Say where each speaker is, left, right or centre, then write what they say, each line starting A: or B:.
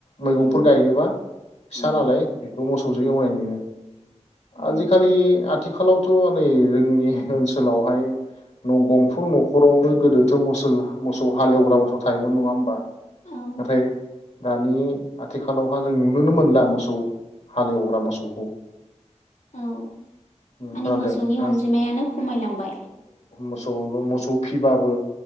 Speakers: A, on the left (about 65°); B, on the left (about 80°).
A: मैगंफोर
B: उम
A: गायनोबा । फिसालालाय
B: उम
A: बे खौ मोसौजों एवनाय नुयो।
B: उम
A: आजिखालि आद- आथिखालावथ नै जोंनि ओनसोलावहाय न गंफ्रम नखरावनो गोदोथ मोस मोसौ हालेवग्रा मोसौ थायोमोन नङा होमबा?
B: औ
A: नाथाय।
B: नंगौ
A: दानि आथिखालावहा जों नुनो। नुनो मोनला मोसौ हालेवग्रा मोसौखौ।
B: औ माने
A: खोनादों
B: मोसौनि
A: नोंथां
B: अनजिमायानो खमायलांबाय।
A: मोसौबो मोसौ फिबाबो।